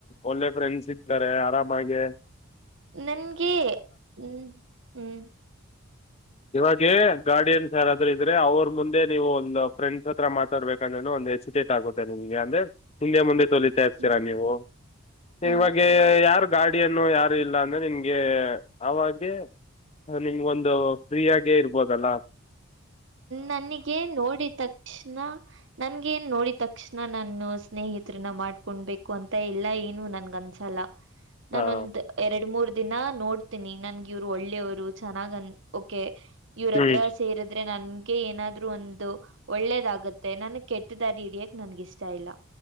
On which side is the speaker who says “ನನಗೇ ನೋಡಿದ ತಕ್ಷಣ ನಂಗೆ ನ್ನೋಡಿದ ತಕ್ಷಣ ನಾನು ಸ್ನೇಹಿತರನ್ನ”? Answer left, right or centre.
Right